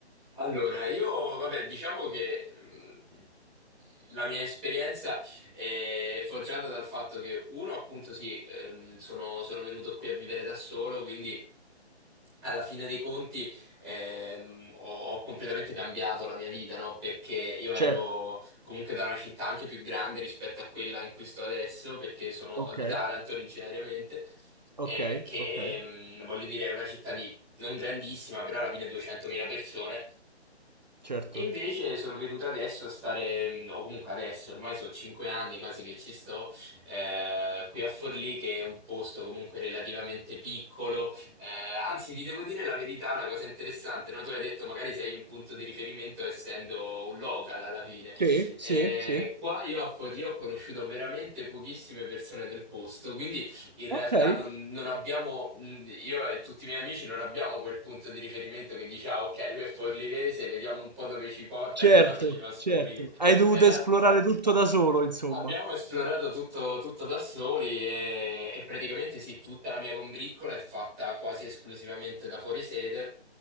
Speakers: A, in the centre; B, on the right.
A: Allora, io, vabbè, diciamo che mh, la mia esperienza è forgiata dal fatto che, uno, appunto, sì, ehm, sono, sono venuto qui a vivere da solo, quindi alla fine dei conti ehm, ho, ho completamente cambiato la mia vita, no? Perché io vengo
B: Certo,
A: comunque da una città anche più grande rispetto a quella in cui sto adesso, perché sono
B: okay,
A: di Taranto originariamente, e
B: okay,
A: che,
B: okay,
A: mh, voglio dire, è una città di non grandissima, però alla fine 200.000 persone
B: certo.
A: e invece sono venuto adesso a stare, mh, o comunque adesso, ormai sono cinque anni quasi che ci sto, eh, qui a Forlì, che è un posto comunque relativamente piccolo. Eh, anzi, ti devo dire la verità, una cosa interessante, no? Tu hai detto magari sei un punto di riferimento essendo un local alla fine.
B: Sì, sì,
A: Eh,
B: sì.
A: qua io a Forlì ho conosciuto veramente pochissime persone del posto, quindi in realtà
B: Okay,
A: non, non abbiamo, mh, io e tutti i miei amici non abbiamo quel punto di riferimento che dice, ah, ok, lui è forlivese, vediamo un po' dove ci porta,
B: certo,
A: che cosa ci fa scoprire.
B: certo. Hai dovuto
A: Eh,
B: esplorare tutto da solo insomma.
A: Abbiamo esplorato tutto, tutto da soli e, e praticamente sì, tutta la mia combriccola è fatta quasi esclusivamente da fuorisede,